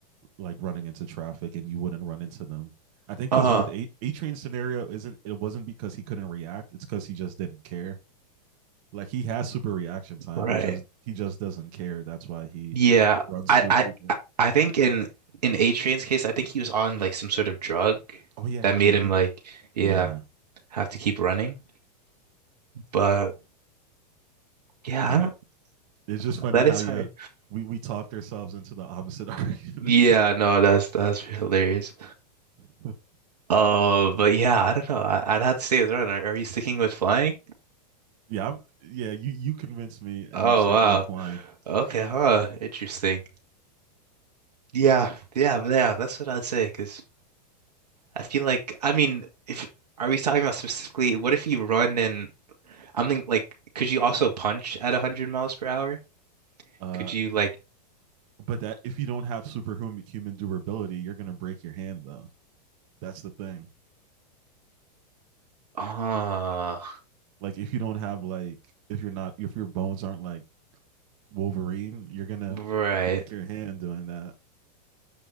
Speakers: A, on the right; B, on the right.
A: like running into traffic and you wouldn't run into them. I think
B: Uh-huh.
A: because with a train scenario isn't it wasn't because he couldn't react, it's because he just didn't care. Like he has super reaction time.
B: Right.
A: He just he just doesn't care. That's why he
B: Yeah,
A: runs
B: I
A: through
B: I
A: people.
B: I I think in in A-Train's case, I think he was on like some sort of drug
A: Oh yeah,
B: that
A: yeah,
B: made
A: yeah. He
B: him like, yeah,
A: yeah,
B: have to keep running. But yeah,
A: yeah.
B: I don't
A: It's just
B: know.
A: funny
B: That
A: how
B: is
A: yeah
B: hard.
A: we we talked ourselves into the opposite arguments.
B: Yeah, no, that's that's hilarious.
A: <laughs>
B: Uh, but yeah, I don't know. I, I'd have to stay with Ron. Are, are you sticking with flying?
A: yeah, I'm yeah. You you convinced me, and
B: Oh
A: I'm sticking
B: wow.
A: with flying.
B: Okay, huh. Interesting. Yeah, yeah, yeah. That's what I'd say. Because I feel like, I mean, if are we talking about specifically, what if you run and I'm thinking like, could you also punch at 100 miles per hour?
A: Uh,
B: Could you like,
A: but that if you don't have superhuman human durability, you're gonna break your hand though. That's the thing.
B: ah,
A: Like if you don't have like if you're not if your bones aren't like Wolverine, you're gonna
B: right.
A: break your hand doing that.